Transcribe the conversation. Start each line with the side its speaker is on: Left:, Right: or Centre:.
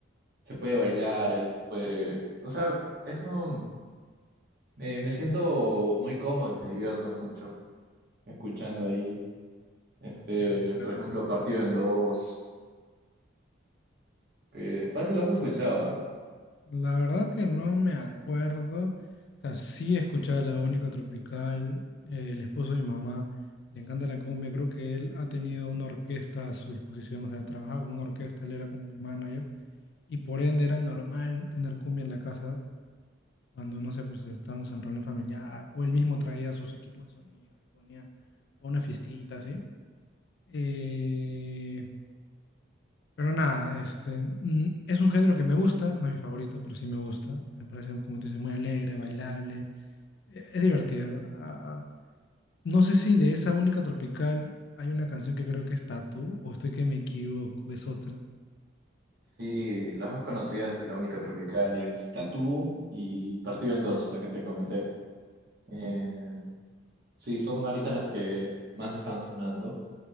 Right: se puede bailar ahí, se puede... O sea, eso eh, me siento muy cómodo y me divierto mucho escuchando ahí, este,
Left: Ya, claro,
Right: por ejemplo,
Left: claro.
Right: Partido en Dos, que fácil lo has escuchado, ¿ah?
Left: La verdad que no me acuerdo. O sea, sí he escuchado La Única Tropical, eh, el esposo de mi mamá, le encanta la cumbia. Creo que él ha tenido una orquesta a su disposición, o sea, trabajaba con una orquesta, él era como que el manager. Y por ende era normal tener cumbia en la casa cuando, no sé, pues estábamos en reunión familiar, o él mismo traía sus equipos de sonidos y ponía una fiestita, así. Eh, Pero nada, este, mm, es un género que me gusta, no es mi favorito, pero sí me gusta. Me parece, como tú dices, muy alegre, bailable, e- es divertido. Ah, no sé si de esa única tropical hay una canción que creo que es Tatú, o estoy que me equivoco, es otra.
Right: Sí, las más conocidas de la única tropical es Tatú y Partido en Dos, la que te comenté. Eh, sí, son ahorita las que más están sonando